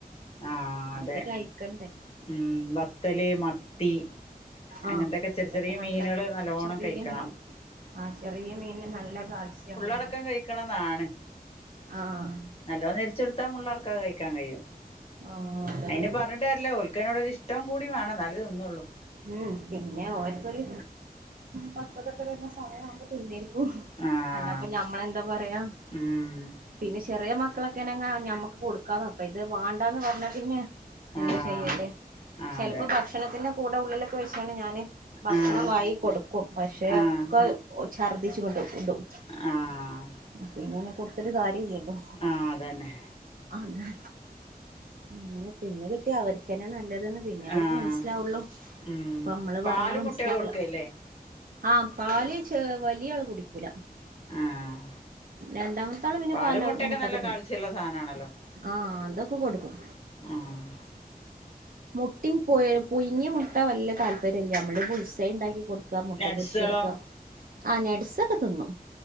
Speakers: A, on the left; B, on the right.
A: ആഹ്
B: അവര്
A: അതെ
B: കയിക്കണ്ടേ
A: ഉം വത്തല്, മത്തി
B: ആഹ്
A: അങ്ങനത്തെക്കെ ചെറ്
B: അതൊക്കെ
A: ചെറിയ
B: നല്ല
A: മീനുകള് നല്ലോണ്ണം
B: ചെറിയ
A: കയിക്കണം
B: മീൻ ആഹ് ചെറിയ മീന് നല്ല കാൽസ്യാണ്
A: <unintelligible> കയിക്കണതാണ്
B: ആഹ്
A: നല്ലോ നെരിച്ചൊടുത്താ മുള്ളടക്കം കയിക്കാൻ കഴിയും
B: ആഹ് അതന്നെ
A: അയിന് പറഞ്ഞിട്ട് കാര്യല്ല ഓൽക്കതിനോടൊരു ഇഷ്ടം <unintelligible> തിന്നൊള്ളൂ
B: ഉം പിന്നെ ഓർക്കൊരു പക്കതൊക്കെ വരുന്ന സമയം ആമ്പം തിന്നേർ ക്കും
A: ആഹ്
B: അല്ല അപ്പൊ ഞമ്മളെന്താ പറയാ
A: ഉം
B: പിന്നെ ചെറിയ മക്കളൊക്കെയാണേങ്ങ് ഞമ്മക്ക് കൊടുക്കാന്ന് വെക്കാം ഇത് വാണ്ടാന്ന് പറഞ്ഞാ പിന്നെ എന്താ
A: ആഹ്
B: ചെയ്യേണ്ടെ
A: ആഹ്
B: ചെലപ്പോ
A: അതെ
B: ഭക്ഷണത്തിന്റെ കൂടെ ഉള്ളിലൊക്കെ വെച്ചാണ് ഞാന് ഭക്ഷണം
A: ആഹ്
B: വായി കൊടുക്കും പക്ഷെ
A: ആഹ്
B: ഒക്കെ ഛർദിച് ഇങ്ങട്ട് ഇടും
A: ആഹ്
B: പിന്നെ കൊട്ത്ത്ട്ട് കാര്യല്ല ല്ലോ
A: ആഹ് അതന്നെ
B: അതെ അങ്ങനെ തിന്ന് കിട്ടിയ അവർക്ക്ന്നെ നല്ലതെന്ന് പിന്നെ അവർക്ക്
A: ആഹ്
B: മനസ്സിലാവുള്ളു
A: ഉം
B: ഇപ്പം നമ്മള്
A: പാലും
B: പറഞ്ഞാ മനസ്സിലാവൂല
A: മുട്ടയൊക്കെ കൊടുക്കല്ലേ
B: ആഹ് പാല് ചെ വലിയ ആള് കുടിക്കൂല
A: ആഹ്
B: രണ്ടാമത്തെ ആള് പിന്നെ
A: പാല് മുട്ടയൊക്കെ
B: മുട്ടൊക്കെ
A: നല്ല
B: തിന്നും
A: കാൽസ്യള്ള സാനണല്ലോ
B: ആഹ് അതൊകെ കൊടുക്കും
A: ആഹ്
B: മുട്ടും പുഴ് പുഴുങ്ങിയ മുട്ട വല്യ താൽല്പര്യല്യ നമ്മള് പുൾസൈ ഉണ്ടാക്കി കൊടു ക്ക മുട്ട
A: നട്സുകളോ
B: പൊരിച്ടുക്ക ആഹ് നട്സൊക്കെ തിന്നു